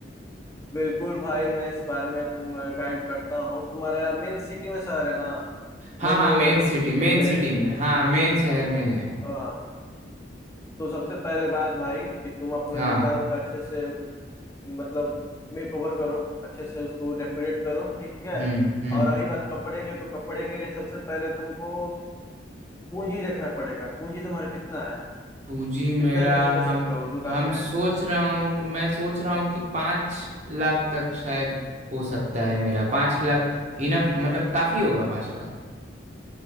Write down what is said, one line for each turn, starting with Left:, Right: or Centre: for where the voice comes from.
Left: बिल्कुल भाई मैं इस बारे में तुम गाइड करता हूँ तुम्हारा मेन सिटी में शहर है ना
Right: हाँ
Left: मेन
Right: हाँ मेन सिटी मेन
Left: रूट पे
Right: सिटी में हाँ मेन शहर में ही है
Left: हाँ तो सबसे पहले बात भाई कि तुम अपना
Right: हाँ
Left: दुकान का अच्छे से मतलब मेक ओवर करो अच्छे से उसको डेकोरेट करो ठीक है
Right: हम्म हम्म
Left: और रही बात कपड़े के तो कपड़े के लिए सबसे पहले तुमको पूंजी देखना पड़ेगा पूंजी तुम्हारा कितना है
Right: पूंजी मेरा
Left: कितना इन्वेस्ट कर
Right: हम
Left: सकते हो दुकान
Right: हम
Left: में
Right: सोच रहा हूँ मैं सोच रहा हूँ कि पाँच लाख तक शायद हो सकता है मेरा पाँच लाख इनफ मतलब काफी होगा पाँच लाख